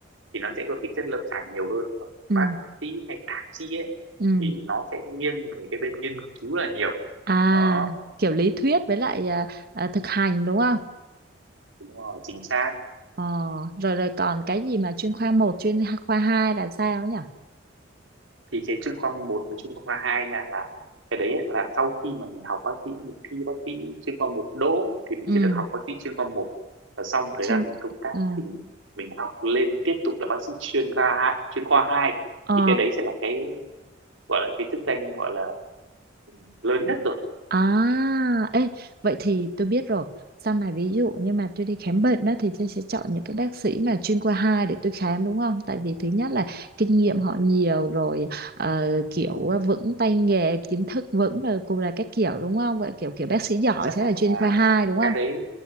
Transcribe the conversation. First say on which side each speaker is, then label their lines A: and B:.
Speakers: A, on the right; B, on the right.
A: thì nó sẽ có tính chất lâm sàng nhiều hơn Còn
B: ừ
A: bác sĩ hay thạc sĩ ấy
B: ừ
A: thì nó sẽ nghiêng về cái bên nghiên cứu là nhiều
B: À,
A: đó
B: kiểu lý thuyết với lại à, à, thực hành đúng không?
A: đúng rồi chính xác
B: Ờ, rồi rồi còn cái gì mà chuyên khoa một chuyên ha- khoa 2 là sao nhỉ?
A: thì cái chuyên khoa một và chuyên khoa 2 nha là cái đấy là sau khi mà mình học bác sĩ mình thi bác sĩ chuyên khoa một đỗ thì mình
B: Ừ,
A: sẽ được học bác sĩ chuyên khoa một và xong thời
B: chuyên
A: gian mình công tác
B: ờ
A: thì mình học lên tiếp tục là bác sĩ chuyên khoa hai- chuyên khoa hai
B: ờ
A: thì cái đấy sẽ là cái gọi là cái chức danh gọi là ừ, lớn nhất rồi
B: à ê, vậy thì
A: Ừ,
B: tôi biết rồi. Sau này ví dụ như mà tôi đi khám bệnh đó thì tôi sẽ chọn những cái bác sĩ mà chuyên khoa 2 để tôi khám đúng không? Tại vì thứ nhất là kinh nghiệm họ nhiều rồi ờ, kiểu à, vững tay nghề, kiến thức vững rồi cùng là các kiểu đúng không? Vậy kiểu kiểu bác sĩ giỏi
A: thực ra
B: sẽ
A: là
B: là chuyên khoa 2 đúng không?
A: cái đấy